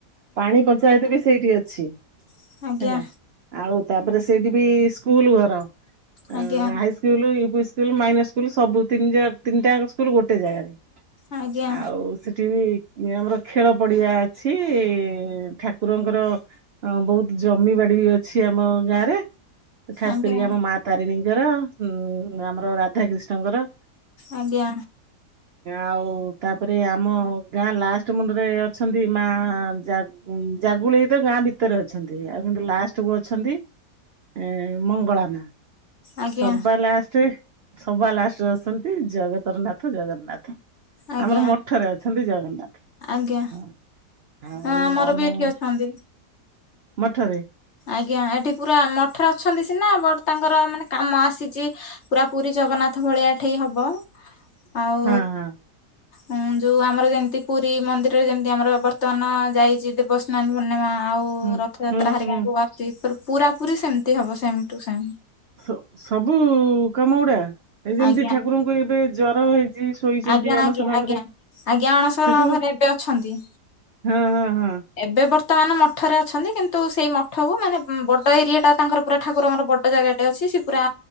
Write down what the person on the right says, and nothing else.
ପାଣି ପଞ୍ଚାୟତ ବି ସେଇଠି ଅଛି।
ହେଲା ଆଉ ତାପରେ ସେଇଠି ବି ସ୍କୁଲ ଘର। ହ
high school, UP school. School minus school ସବୁ ତିନ୍ ଜାଗା-ତିନିଟା ସ୍କୁଲ ଗୋଟେ ଜାଗାରେ।
ଆଉ ସେଠି ବି ଆମର ଖେଳ ପଡିବା ଅଛି ଠାକୁରଙ୍କର ବହୁତ ଜମିବା ଡି ଅଛି ଆମ ଗାଁ ରେ। ଖାସ
କରିକି ଆମ ମା ତାରିଣୀଙ୍କର ଉଁ ଆମର ରାଧା କ୍ରୀିଷ୍ଣଙ୍କର।
ଆଉ ତାପରେ ଆମ ଗାଁ ଲାଷ୍ଟ ମୁଣ୍ଡରେ ଅଛନ୍ତି ମା। <unintelligible> ଜାଗୁଳେଇ ତ ଗାଁ ଭିତରେ ଅଛନ୍ତି। ଆଉ କିନ୍ତୁ ଲାଷ୍ଟ କୁ ଅଛନ୍ତି ଏ ମଙ୍ଗଳ ମା।
ସବା ଲାଷ୍ଟରେ ସବା ଲାଷ୍ଟରେ ଅଛନ୍ତି ଜଗତର ନାଥ ଜଗନ୍ନାଥ।
ଆମର ମଠରେ ଅଛନ୍ତି ଜଗନ୍ନାଥ।
ହଁ। ଆଉ
ଆମ
ମଠରେ।
ହଁ ହଁ
ହୁଁ
ହୁଁ
ହୁଁ।
ସ ସବୁ କାମ ଗୁଡା ଏ ଯେମିତି
ଠାକୁରଙ୍କୁ ଏବେ ଜର ହେଇ ଚି ଶୋଇଛନ୍ତି
ଅଣସର
ଘରେ
ସେ ସବୁ
ହଁ ହଁ। ହଁ